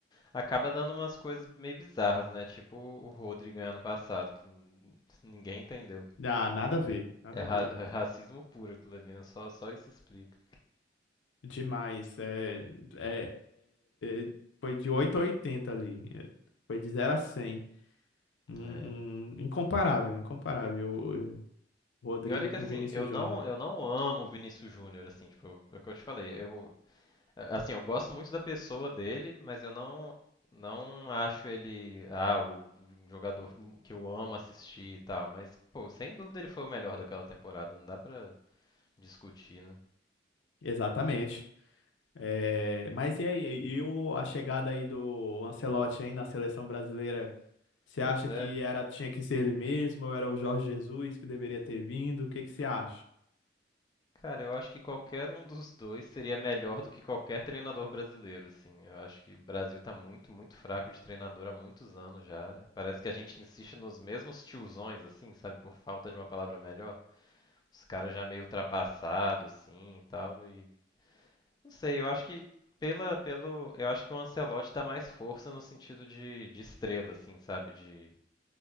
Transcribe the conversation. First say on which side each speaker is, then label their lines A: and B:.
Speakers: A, on the left; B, on the left.
A: acaba dando umas coisas meio bizarras, né? Tipo o Rodri ganhar no passado, que <laughs> n- ninguém entendeu.
B: Ah, nada a ver, nada
A: É, ra-
B: a ver.
A: é racismo puro aquilo ali, né? Só, só isso explica.
B: Demais. É, é, é- é- foi de 8 a 80 ali. É, Foi de zero a cem Um,
A: É.
B: um- incomparável, incomparável. o Rodrigo
A: E olha que
B: com
A: assim,
B: o Vinícius
A: eu
B: Júnior.
A: não, eu não amo o Vinícius Júnior, assim, tipo, é o que eu te falei. Eu, é, assim, eu gosto muito da pessoa dele, mas eu não, não acho ele, ah, o jogador que eu amo assistir e tal. Mas, pô, sem dúvida ele foi o melhor daquela temporada, não dá pra discutir, né?
B: Exatamente. É, mas e aí? E o, a chegada aí do Ancelotti hein, na seleção brasileira? Você
A: Pois
B: acha
A: é.
B: que era, tinha que ser ele mesmo ou era o Jorge Jesus que deveria ter vindo? O que que você acha?
A: Cara, eu acho que qualquer um dos dois seria melhor do que qualquer treinador brasileiro, assim. Eu acho que o Brasil tá muito, muito fraco de treinador há muitos anos já. Parece que a gente insiste nos mesmos tiozões, assim, sabe? Por falta de uma palavra melhor. Os caras já meio ultrapassados, assim, e tal. E não sei, eu acho que pela, pelo, eu acho que o Ancelotti dá mais força no sentido de, de estrela, assim, sabe? De